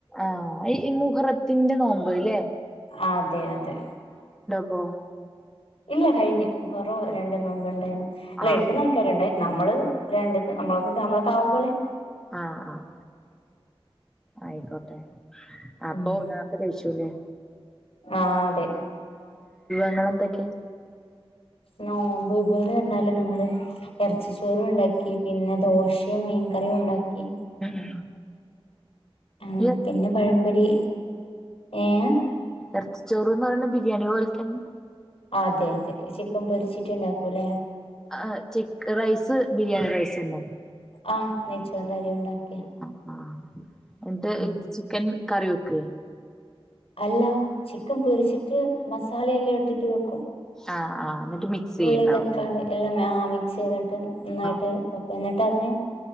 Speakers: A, in the centre; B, on the left.
A: ആഹ് ഈ ഇ മുഹറത്തിന്റെ നോമ്പ് ല്ലേ?
B: അതെയതെ.
A: ബോ
B: ഇല്ല കഴിഞ്ഞ്. മുഹർറോ രണ്ട് നോമ്പ് ഉണ്ടായ്രുന്നു. അല്ല
A: ആഹ്
B: എട്ക്കുന്ന ആൾക്കാരുണ്ടേ നമ്മള് രണ്ട് ന്ന് നമ്മളകൊണ്ട് നമ്മൾക്കാവുമ്പോലെ.
A: ആഹ് ആഹ് ആയിക്കോട്ടെ. അപ്പൊ
B: ഉം
A: നാർത്തെ കഴിച്ചൂല്ലെ.
B: ആഹ് അതെ.
A: ങ്ങളെന്തൊക്കെ
B: നോമ്പ് ബളെ ന്നാല് നമ്മള് എറച്ചി ചോറും ഉണ്ടാക്കി പിന്നെ ദോശയും മീൻകറിയും ഉണ്ടാ ക്കി.
A: ഉം ഉം
B: ആഹ്
A: ഈ
B: പിന്നെ പഴമ്പൊരി ഏഹ്
A: എർച്ചി ചോറ്ന്ന് പറിണ് ബിരിയാണി പോൽ തന്നെ
B: അതെ അതെ. ചിക്കൻ പൊരിച്ചിട്ട്ണ്ടാക്കൂല്ലേ.
A: അഹ് ചിക് റൈസ് ബിരിയാണി റൈസന്നെ.
B: ആ നെയ്ച്ചോറിന്റെ അരി ഉണ്ടാക്കിയ
A: അഹ് ആഹ് എന്നിട്ട്
B: ഉം
A: ഈ ചിക്കൻ കറി വെക്കേ.
B: അല്ല. ചിക്കൻ പൊരിച്ചിട്ട് മസാലയെല്ലാം എടുത്തിട്ട് വെക്കും.
A: ആഹ് ആഹ് മിക്സ് ചെയ്യണ്ടാവുംല്ലേ
B: ഉള്ളി തക്കാളി എല്ലാം മാ ആഹ് മി ക്സ് ചെയ്തിട്ട് നന്നായിട്ട്
A: ആഹ്
B: താക്കും. എന്നിട്ട് അതിന്